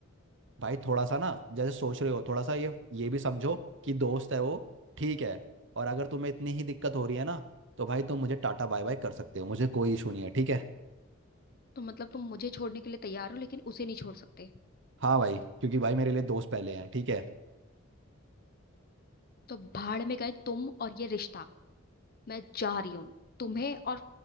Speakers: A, on the right; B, on the left.
A: भाई थोड़ा सा ना जैसे सोच रहे हो थोड़ा सा ये ये भी समझो कि दोस्त है वो ठीक है और अगर तुम्हें इतनी ही दिक्कत हो रही है ना तो भाई तुम मुझे टाटा बाय बाय कर सकते हो मुझे कोई इशू नहीं है ठीक है
B: तो मतलब तुम मुझे छोड़ने के लिए तैयार हो लेकिन उसे नहीं छोड़ सकते
A: हाँ भाई क्योंकि भाई मेरे लिए दोस्त पहले हैं ठीक है
B: तो भाड़ में गए तुम और ये रिश्ता मैं जा रही हूँ तुम्हें और